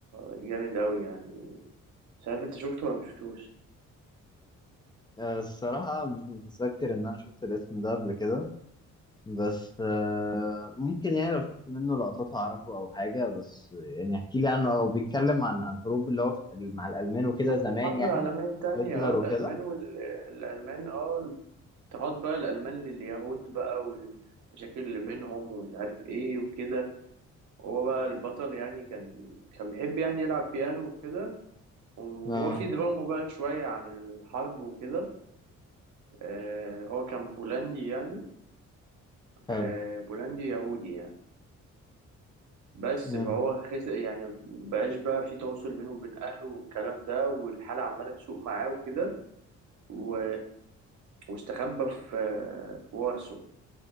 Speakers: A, on the right; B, on the left.
A: جامد أوي يعني مش عارف أنت شفته ولا مشفتوش
B: آه، الصراحه مش متذكر ان انا شفت الاسم ده قبل كده بس آه ممكن يعني لو شفت منه لقطات اعرفه او حاجه بس يعني احكي لي عنه او بيتكلم عن عن حروب اللي هو في- مع الالمان وكده
A: عن
B: زمان
A: الحرب
B: يعني
A: العالمية التانية
B: هتلر
A: اه الألمان
B: وكده
A: والألمان اه اضطهاد بقى الألمان لليهود بقى والمشاكل اللي بينهم ومش عارف ايه وكده هو بقى البطل يعني كان كان بيحب يعني يلعب بيانو وكده وهو
B: اه
A: في دراما بقى شوية عن الحرب وكده آه هو كان بولندي يعني
B: حلو
A: آه بولندي يهودي يعني بس
B: مم.
A: فهو خس يعني بقاش بقى في تواصل بينه وبين اهله والكلام ده والحاله عماله تسوء معاه وكده و... واستخبى في في وارسو